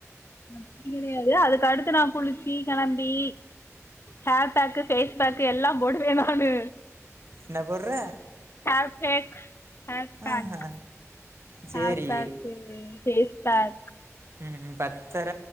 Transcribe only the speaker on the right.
என்ன போடுற
ஆஹா சரி
ம் பத்தர